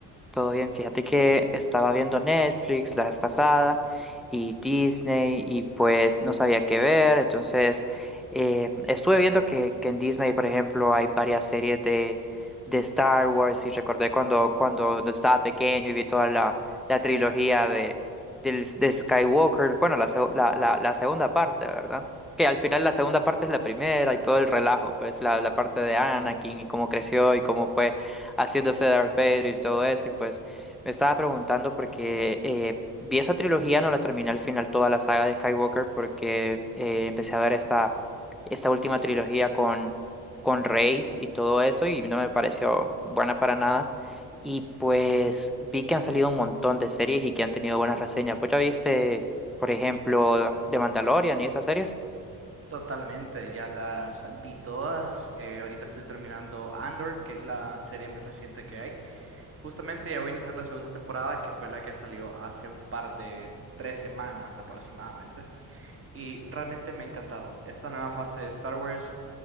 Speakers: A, in the centre; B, on the right.
A: Todo bien, fíjate que estaba viendo Netflix la vez pasada y Disney y pues no sabía qué ver, entonces eh, estuve viendo que, que en Disney, por ejemplo, hay varias series de, de Star Wars y recordé cuando, cuando estaba pequeño y vi toda la, la trilogía de, del- de Skywalker, bueno, la, seg- la, la, la segunda parte, ¿verdad? Que al final la segunda parte es la primera y todo el relajo, pues la, la parte de Anakin y cómo creció y cómo fue haciéndose Darth Vader y todo eso. Y pues me estaba preguntando porque eh, vi esa trilogía, no la terminé al final toda la saga de Skywalker porque eh, empecé a ver esta, esta última trilogía con, con Rey y todo eso y no me pareció buena para nada. Y pues vi que han salido un montón de series y que han tenido buenas reseñas. Pues ya viste, por ejemplo, The Mandalorian y esas series.
B: Totalmente, ya las vi todas. eh, ahorita estoy terminando Andor, que es la serie más reciente que hay. Justamente ya voy a iniciar la segunda temporada, que fue la que salió hace un par de tres semanas aproximadamente. Y realmente me ha encantado esta nueva fase de Star Wars.